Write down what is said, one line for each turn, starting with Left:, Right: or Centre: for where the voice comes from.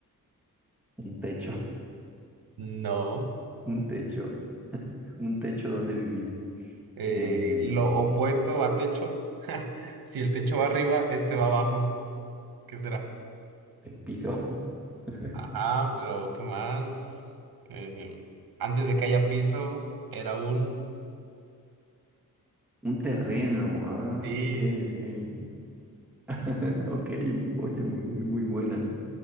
Centre: un techo,
Right: No.
Centre: <laughs> un techo, un techo donde vivir.
Right: Eh,
Centre: Em,
Right: lo opuesto a techo. <laughs> Si el techo va arriba, este va abajo. ¿Qué será?
Centre: el piso. <laughs>
Right: Ajá, pero ¿qué más? Eh, antes de que haya piso, era un...
Centre: Un terreno. Ah,
Right: Sí.
Centre: ok, ok. <laughs> Ok, oye, muy, muy, muy buena.